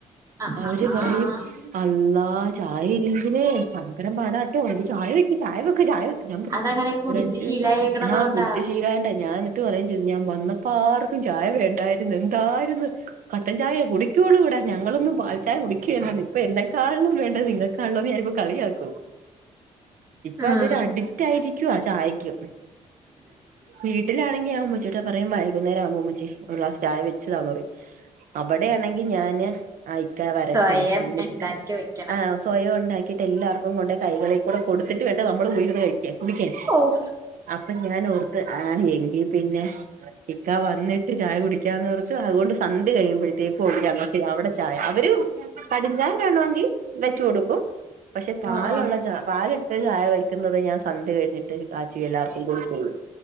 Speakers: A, on the right (about 20°); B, on the right (about 55°).
A: ആഹ്
B: അവര്
A: ആഹ് ആഹ്
B: പറയും അല്ലാഹ് ആ ചായ ഇല്ലെങ്കില് ഭയങ്കരം പാടാട്ടോ ചായ വെക്ക് ചായ വെ ക്ക് ചായവെക്ക് ഞാൻ പറഞ്ഞ്
A: അതങ്ങനെ കുടിച്ച്
B: ഒരഞ്ച്
A: ശീലായേക്കണത്
B: മിനി ആഹ്
A: കൊണ്ടാ
B: കുടിച്ച് ശീലായോണ്ടേ ഞാൻ ട്ട് പറയും ചെയ്ത് ഞാൻ വന്നപ്പ ആർക്കും ചായ വേണ്ടായിരുന്ന് എന്തായിരിന്ന്. കട്ടൻ ചായേ കുടിക്കുള്ളൂ ഇവിടെ ഞങ്ങളൊന്നും പാൽചായ കുടി <unintelligible> ഇപ്പോ എന്നെക്കാളിലും വേ ണ്ടത് നിങ്ങക്കാണല്ലോന്ന് ഞാനിപ്പോ കളിയാക്കും. ഇപ്പോ
A: ഉം
B: അതൊരു അടിക്റ്റാ രിക്കുവാ ചായക്ക് വീട്ടിലാണെങ്കിൽ ആ മ്മച്ചീടെ പറയും വൈകുന്നേരം ആവുമ്പോ അമ്മച്ചി ഒരു ഗ്ലാസ്‌ ചായ വെച്ചു താ പറയും അവിടെയാണെങ്കിൽ ഞാന് അയിക്കാ വരട്ടെ
A: സ്വയം
B: എന്നിട്ട്
A: ഉണ്ടാക്കി വെക്കണം
B: ആഹ് സ്വയം ഉണ്ടാക്കിട്ട് എല്ലാർക്കും കൊണ്ടേ കൈകളിൽ കൂടെ കൊടുത്തിട്ട് വേണ്ടെ നമ്മൾപോയിരുന്ന് കഴി കുടിക്കൻ
A: ഓഫ്
B: അപ്പൊ ഞാൻ ഓർത്ത് ആ എങ്കി പിന്നെ ഇക്ക വന്നിട്ട് ചായ കുടിക്കാന്ന് പറ അതൊണ്ട് സന്ധ്യ കയിമ്പഴത്തേ <unintelligible> ഞങ്ങൾക്ക് അവിടെ ചായ അവര് കട്ഞ്ചാഇടണോങ്കി വെച്ച് കൊടുക്കും പക്ഷെ പാലൊ
A: ആഹ് ആഹ്
B: പാല്ട്ട് ചായ വക്കുന്നത് ഞാൻ സന്ധ്യ കഴിഞ്ഞിട്ട് കാച്ചി എല്ലാർക്കും കൊടുകൂള്ളു